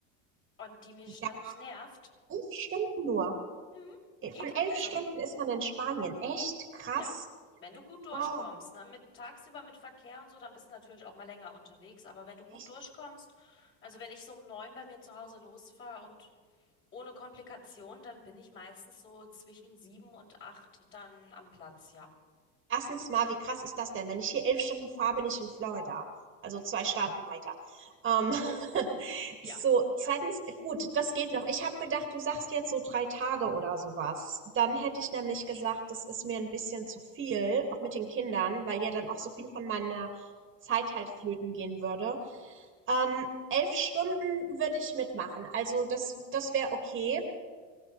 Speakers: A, on the left (about 35°); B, on the right (about 35°).
A: und die mich ständig
B: Ja,
A: nervt.
B: 11 Stunden nur.
A: Hm,
B: Äh,
A: geht,
B: von 11
A: also
B: Stunden ist man in Spanien. Echt krass.
A: ja, wenn du gut durchkommst,
B: Oh,
A: ne, mit tagsüber mit Verkehr und so, dann bist du natürlich auch mal länger unterwegs, aber wenn du gut
B: echt.
A: durchkommst, also wenn ich so um neun bei mir zu Hause losfahre und ohne Komplikation, dann bin ich meistens so zwischen sieben und acht dann am Platz, ja.
B: Erstens mal, wie krass ist das denn? Wenn ich hier 11 Stunden fahre, bin ich in Florida, also 2 Staaten weiter. Ähm, <laughs>
A: Ja.
B: so, Ja. zweitens, gut, das geht noch. Ich habe gedacht, du sagst jetzt so drei Tage oder sowas. Dann hätte ich nämlich gesagt, das ist mir ein bisschen zu viel, auch mit den Kindern, weil ja dann auch so viel von meiner Zeit halt flöten gehen würde. Ähm, 11 Stunden würde ich mitmachen. Also das, das wäre okay.